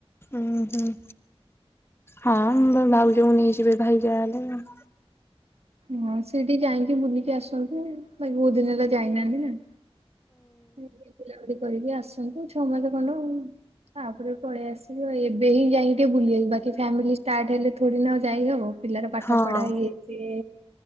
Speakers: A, on the left; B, on the right.
A: ଉୁଁ ହୁଁ ହଁ ମୁ ଭାଉଜ ଙ୍କୁ ନେଇଯିବେ ଭାଇ ଯାହା ହେଲେ।
B: ହଁ ସେଇଠିକି ଯାଇଁକି ବୁଲିକି ଆସନ୍ତୁ ବହୁତ୍ ଦିନି ହେଲା ଯାଇନାହାନ୍ତି ନା। ସିଏ ବୁଲାବୁଲି କରିକି ଆସନ୍ତୁ ଛଅ ମାସ ଖଣ୍ଡ ହୁଁ। ତାପରେ ପଳେଇ ଆସିବ ଏବେ ହିଁ ଯାଇଁକି ଟିକେ ବୁଲି ବାକି ଫ୍ୟାମିଲି ଷ୍ଟାର୍ଟ ହେଲେ ଥୋଡ଼ି ନା ଆଉ ଯାଇ ହବ। ପିଲାର ପାଠ
A: ହଁ
B: ପଢା ଇଏ ସିଏ